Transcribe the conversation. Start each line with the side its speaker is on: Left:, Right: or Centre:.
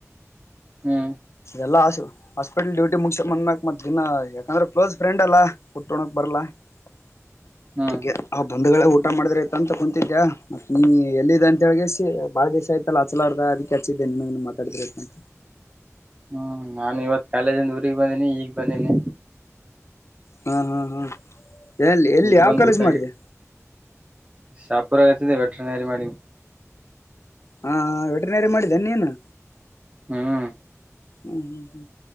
Right: ಹ್ಮ್
Left: ಎಲ್ಲಾ ಆಸು ಹಾಸ್ಪಿಟಲ್ ಡೂಟಿ ಮುಗಸ್ಕೊಂಡು ಬಂದ್ ಮೇಕ್ ದಿನ ಯಾಕಂದ್ರೆ ಕ್ಲೋಸ್ ಫ್ರೆ್ಡ್ ಅಲ್ಲ ಬುಟ್ಕೊಡಕ್ ಬರಲ್ಲ <unintelligible>
Right: ಹ್ಮ್
Left: ಬಂಧಗಳೇ ಒಟ್ಟ ಊಟ ಮಾಡಿದ್ರಯ್ತಾ ಅಂತ ಕುಂತಿದ್ಯಾ ಮತ್ತ ನೀ ಎಲ್ಲಿದೆ ಅಂತ ಹೇಳಗೆ ಬಳ ದಿವ್ಸ ಆಯತಲ್ಲ ಹಚ್ಚಲಾರ್ದ ಅದಕ್ಕೆ ಹಚ್ಚಿದೆ ಇನ್ನೇನ್ ಮಾತಾಡಿದ ಇರ್ತಾನ
Right: ಹ್ಮ್ ನಾನು ಇವತ್ ಕಾಲೇಜಿಂದ ಊಗ್ ಹೋಗಿನಿ ಈಗ್ ಬಂದನಿ
Left: ಹಾ ಹಾ ಹಾ ಎಲ್ಲಿ ಎಲ್ಲಿ
Right: ಈಗ
Left: ಯಾವ
Right: ಬಂದ್
Left: ಕಾಲೇಜು
Right: ಊಟಗೆ
Left: ಮಾಡಿದೆ
Right: ಶಾಪುರಗತ್ತಿದೆ <unintelligible> ರಿ ಮಾಡಿ
Left: ಹಾ ವೆಟನರಿ ಮಾಡಿದ್ದ ನೀ ನೀನು
Right: ಹ್ಮ್
Left: ಹ್ಮ್ ಹ್ಮ್ ಹ್ಮ್